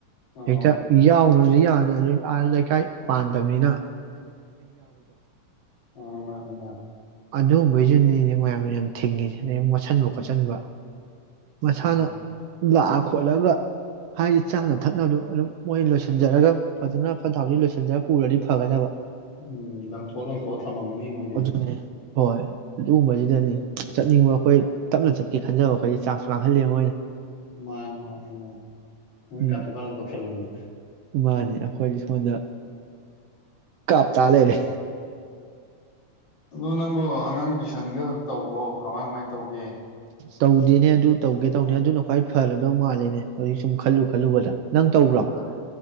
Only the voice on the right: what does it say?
ꯍꯛꯇ ꯌꯥꯅꯨꯖꯨ ꯌꯥ ꯑ ꯂꯩꯀꯥꯏ ꯄꯥꯟꯗꯝꯅꯤꯅ꯫
ꯑꯗꯨꯒꯨꯝꯝꯕꯕꯩꯗꯨꯅꯤꯅꯦ ꯃꯌꯥꯝꯅ ꯌꯥꯝ ꯊꯤꯡꯉꯤ ꯑꯗꯨꯗꯩꯩ ꯃꯣꯠꯁꯤꯟꯕ - ꯈꯣꯠꯆꯟꯕ꯫ ꯃꯁꯥꯅ
ꯂꯥꯛ ꯈꯣꯠꯂꯒ ꯍꯥꯏꯗꯤ ꯆꯥꯅ ꯊꯛꯅꯕꯗ ꯑꯗꯨꯝ ꯃꯣꯏꯅ ꯂꯣꯏꯁꯤꯟꯖꯔꯒ ꯐꯖꯅ ꯐꯠꯇ ꯍꯥꯎꯊꯤ ꯂꯣꯏꯁꯤꯟꯖꯔꯒ ꯄꯨꯔꯗꯤ ꯐꯒꯗꯕ꯫
ꯑꯗꯨꯅꯦ ꯍꯣꯏ ꯑꯗꯨꯒꯨꯝꯕꯖꯤꯗꯅꯤ ꯆꯠꯅꯤꯡꯕ ꯑꯩꯈꯣꯏ ꯇꯞꯅ ꯆꯠꯀꯦ ꯈꯟꯖꯕ ꯑꯩꯈꯣꯏꯗꯤ ꯆꯥꯁ ꯃꯥꯡꯍꯜꯂꯦ ꯃꯣꯏꯅ
ꯎꯝ
ꯃꯥꯅꯦ ꯑꯩꯈꯣꯏꯗꯤ ꯁꯣꯝꯗ ꯀꯥꯞ ꯇ ꯂꯩꯔꯦ꯫
ꯇꯧꯗꯦꯅꯦ ꯑꯗꯨ ꯇꯧꯒꯦ ꯇꯧꯅꯦ ꯑꯗꯨꯅ ꯈ꯭ꯋꯥꯏ ꯐꯔꯗꯧ ꯃꯥꯜꯂꯦꯅꯦ ꯍꯧꯖꯤꯛ ꯁꯨꯝ ꯈꯜꯂꯨ ꯈꯜꯂꯨꯕꯗ꯫ ꯅꯪ ꯇꯧꯕ꯭ꯔꯣ